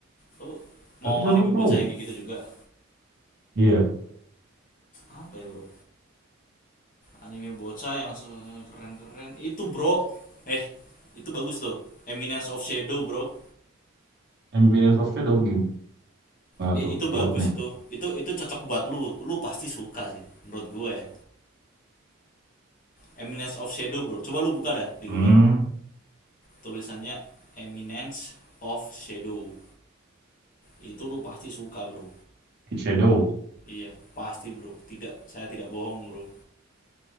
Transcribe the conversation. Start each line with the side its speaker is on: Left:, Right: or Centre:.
Left: Lu mau
Right: tapi seru
Left: anime
Right: bro.
Left: bocah yang kayak gitu juga?
Right: Iya,
Left: Apa ya bro? Anime bocah yang se- keren-keren. Itu bro. Eh, itu bagus tuh. Eminence of Shadow bro.
Right: Eminence of Shadow gimana
Left: I-
Right: tuh
Left: itu bagus
Right: plotnya?
Left: itu itu itu cocok buat lu lu pasti suka sih menurut gue ya Eminence of Shadow bro coba lu buka dah di
Right: Hmm,
Left: Google tulisannya Eminence of Shadow itu lu pasti suka bro
Right: Shadow.
Left: iya pasti bro tidak saya tidak bohong bro